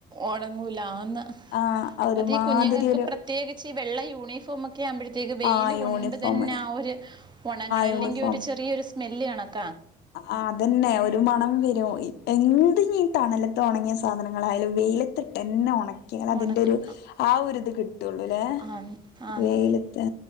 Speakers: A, on the right; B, on the left.
A: ഉണങ്ങൂലാന്ന്
B: ആ ഒരുമാതിരി
A: അത ഈ കുഞ്ഞുങ്ങൾക്ക്
B: ഒരു
A: പ്രത്യേക ച്ച് വെള്ള യൂണിഫോം ഒക്കെ ആകുമ്പോഴത്തേക്ക് വെയിൽ
B: ആ
A: കൊണ്ട്
B: യൂണിഫോം
A: തന്നെ ആ ഒരു ഉണങ്ങ
B: യൂണിഫോം
A: അല്ലെങ്കിൽ ഒരു ചെറിയൊരു സ്മെൽ കാണ
B: ആ അതന്നെ ഒ ഒരു മണം വരും എന്തീ തണലത്ത് ഉണങ്ങിയ സാധനങ്ങളായാലും വെയിലത്തിട്ട് തന്നെ ഉണ കെ അതിന്റെ
A: ഉണക്ക
B: ഒരു ആ ഒരുരിത് കിട്ടുള്ളുല്ലെ
A: ആന്ന് ആന്ന്
B: വെയിലത്ത്